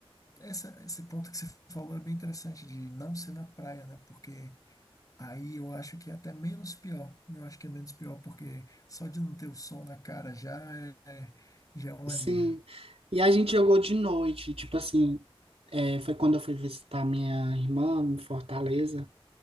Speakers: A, on the left; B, on the right.
A: essa, esse ponto que você falou é bem interessante, de não ser na praia, né? Porque Aí eu acho que é até menos pior. Eu acho que é menos pior, porque só de não ter o sol na cara já é, é- já é um
B: sim.
A: alívio.
B: E a gente jogou de noite, tipo assim, é, foi quando eu fui visitar minha irmã em Fortaleza